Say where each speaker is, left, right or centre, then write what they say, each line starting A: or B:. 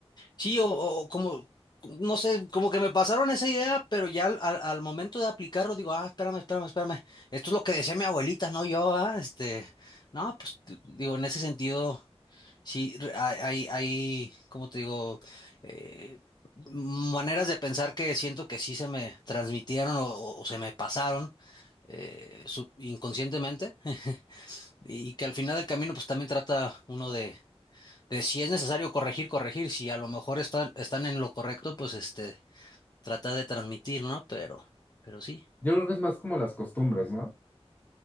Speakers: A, on the left (about 40°); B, on the left (about 15°).
A: Sí, o, o como, no sé, como que me pasaron esa idea, pero ya al, al- al momento de aplicarlo digo, ah, espérame, espérame, espérame. Esto es lo que decía mi abuelita, no yo, ah, este, no, pues t- digo, en ese sentido. Sí, re- hay, hay, hay, como te digo, eh, maneras de pensar que siento que sí se me transmitieron o, o- o se me pasaron eh, sub- inconscientemente <laughs> y que al final del camino pues también trata uno de, de si es necesario corregir, corregir, si a lo mejor están, están en lo correcto, pues este, trata de transmitir, ¿no? Pero, pero sí,
B: Yo creo que es más como las costumbres, ¿no?